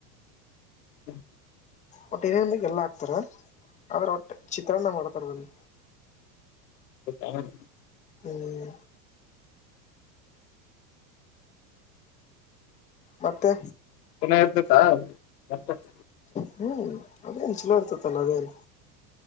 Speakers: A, on the left (about 85°); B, on the left (about 15°).
A: ಹ್ಮ
B: ಒಟ್ಟು ನೇನು ಬಗ್ ಎಲ್ಲ ಹಾಕ್ತಾರೆ ಆದರೆ ಒಟ್ಟು ಚಿತ್ರಾನ್ನ ಮಾಡ್ತಾರೆ ಬಂದು
A: ಉಮ್ಮ್ <inaudible>
B: ಹ್ಮ ಮತ್ತೆ
A: ಪುನಃ ಇರ್ತತಾ <inaudible>
B: ಹ್ಮ್ ಅದೇನ್ ಚಲೋ ಇರ್ತತಲ್ಲ ಅದೇನು